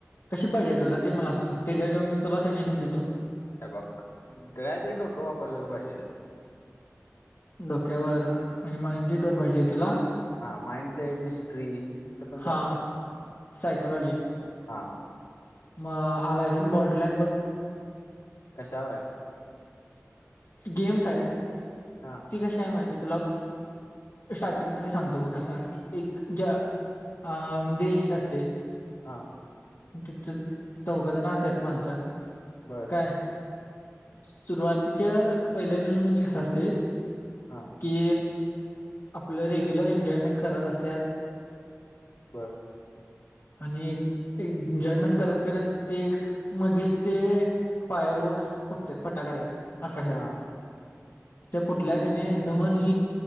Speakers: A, on the left; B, on the left.
A: कशी पाहिजे तुला ते मला सांग त्याच्या जेव्हा मी तुला सजेशन देतो
B: अ बघ कायतरी डोकं वापरलेलं पाहिजे त्या
A: डोक्यावर म्हणजे मानझिट वर पाहिजे तुला
B: हा माइंडसेट मिस्ट्री असं पण चालत
A: हा सायकोलॉजी
B: हा
A: म आलायसीन बॉटलन बघ
B: कशावरय
A: गेम्स आहेत
B: हा
A: ती कशी आहे माहिती तुला स्टार्टिंग मध्ये सांगतो ब कसा आहे एक ज अ देश अस असते
B: हा
A: तिथं चौघदाण असत आहेत माणसं
B: बर
A: काय सुरुवातीच्या पहिल्या एपिसोड म्हणजे कसा असते
B: हा
A: की आपलं रेग्युलर एन्जॉयमेंट करत असत
B: बर
A: आणि एन्जॉयमेंट करत करत ते मधचे फायर वर्क्स फटते फटाकडे आकाशात
B: हा
A: ते कुठल्या क नाही एकदमची